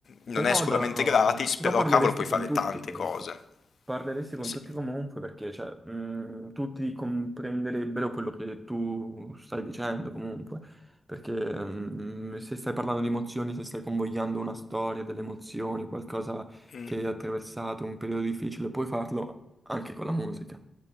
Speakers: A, on the left; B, on the right.
A: non
B: Però,
A: è sicuramente
B: da-
A: gratis,
B: però
A: però
B: parleresti
A: cavolo puoi
B: con
A: fare
B: tutti
A: tante
B: comunque.
A: cose.
B: Parleresti con
A: Sì.
B: tutti comunque perché cioè, mh, tutti comprenderebbero quello che tu stai dicendo comunque. Perché mh, se stai parlando di emozioni, se stai convogliando una storia delle emozioni, qualcosa
A: Mm.
B: che hai attraversato, un periodo difficile, puoi farlo anche con la musica.